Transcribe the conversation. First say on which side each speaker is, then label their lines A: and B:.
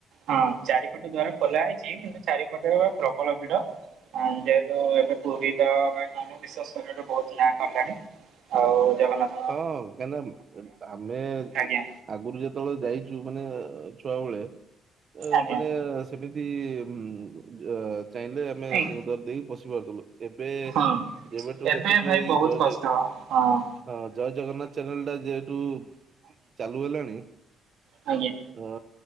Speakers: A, on the right (about 80°); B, on the right (about 50°).
A: ହଁ ଚାରିପଟ ଦ୍ଵାରା ଖୋଲା ହେଇଛି କିନ୍ତୁ ଚାରିପଟ ପ୍ରବଳ ଭିଡ ହଁ ଯେହେତୁ ଏବେ ପୁରୀ ତ ବା <unintelligible> ବିଶ୍ୱସ୍ତରରେ ଏବେ ବହୁତ ନାଁ କଲାଣି। ଆଉ ଜଗନ୍ନାଥ
B: ହଁ କାହିଁକିନା ଆମେ
A: ଆଜ୍ଞା
B: ଆଗରୁ ଯେତ ଯେତେବେଳେ ଯାଇଛୁ ମାନେ ଅ ଛୁଆବେଳେ ଅ
A: ଆଜ୍ଞା।
B: ମାନେ ସେମିତି ଉଁ ଅ ଯୋ ଚାହିଁଲେ ଆମେ
A: ନାଇଁ
B: ସିଂହଦ୍ୱାର ଦେଇକି ପଶି ପାରୁଥିଲୁ ଏବେ
A: ହଁ
B: ଯେବେଠୁ
A: ଏବେ
B: ଦେଖୁଛୁ
A: ଭାଇ
B: ଏଇ
A: ବହୁତ
B: ଜୟ
A: କଷ୍ଟ
B: ଜଗ୍
A: ହଁ।
B: ହ ଜୟ ଜଗନ୍ନାଥ ଚ୍ୟାନେଲଟା ଯେହେଟୁ ଚାଲୁ ହେଲାଣି ଅ
A: ଆଜ୍ଞା